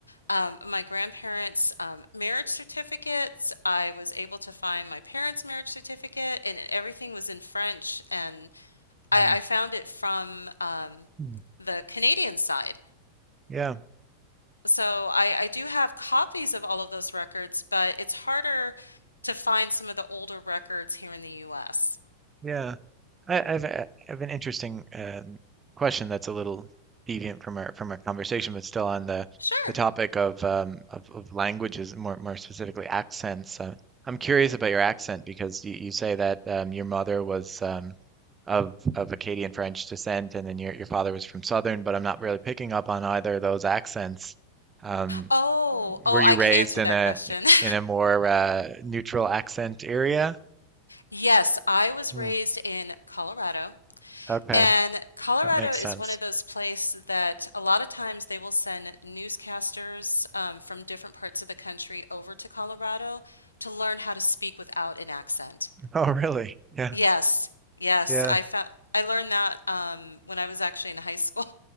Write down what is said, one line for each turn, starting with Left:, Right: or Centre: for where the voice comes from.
Left: um, my grandparents' um, marriage certificates. I was able to find my parents' marriage certificate, and everything was in French. And I,
Right: mm,
Left: I found it from um,
Right: mm.
Left: the Canadian side.
Right: Yeah.
Left: So I, I do have copies of all of those records, but it's harder to find some of the older records here in the US.
Right: Yeah. I, I've uh, I have an interesting um, question that's a little deviant from our from our conversation, but still on the
Left: Sure.
Right: the topic of um, of, of languages, more more specifically accents. Uh, I'm curious about your accent because you, you say that um, your mother was um, of of Acadian French descent, and then your your father was from Southern. But I'm not really picking up on either of those accents. Um,
Left: Oh, oh,
Right: were you
Left: I
Right: raised
Left: can answer
Right: in
Left: that
Right: a
Left: question. <laughs>
Right: in a more uh, neutral accent area?
Left: Yes, I was
Right: Hmm,
Left: raised in Colorado.
Right: Okay.
Left: And Colorado
Right: That makes
Left: is
Right: sense.
Left: one of those
Right: <laughs>
Left: places that a lot of times they will send newscasters um, from different parts of the country over to Colorado to learn how to speak without an accent.
Right: Oh, really? Yeah,
Left: Yes, yes,
Right: yeah,
Left: I found I learned that um, when I was actually in high school